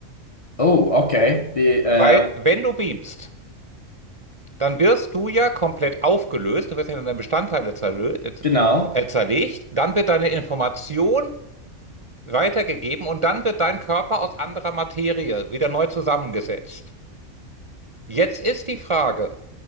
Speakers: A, on the left; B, on the right.
A: oh, okay. Die, äh,
B: Weil wenn du beamst, dann wirst du ja komplett aufgelöst, du wirst ja in deine Bestandteile zerlö- äh,
A: genau.
B: äh, zerlegt, dann wird deine Information weitergegeben und dann wird dein Körper aus anderer Materie wieder neu zusammengesetzt. Jetzt ist die Frage,